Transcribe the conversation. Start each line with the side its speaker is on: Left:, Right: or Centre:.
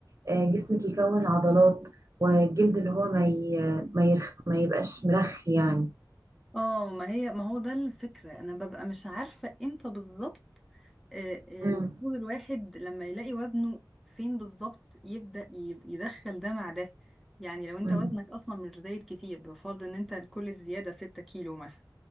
Right: آه جسمك يكون عضلات والجلد اللي هو ما ي... ما, يرخ... ما يبقاش مرخي يعني
Centre: اه ما هي ما هو ده الفكرة انا ببقى مش عارفة امتى بالظبط آه، آه،
Right: مم.
Centre: المفروض الواحد لما يلاقي وزنه فين بالظبط يبدأ ي- يدخل ده مع ده يعني لو انت
Right: مم.
Centre: وزنك اصلا مش زايد كتير بفرض ان انت كل الزيادة 6 كيلو مثلا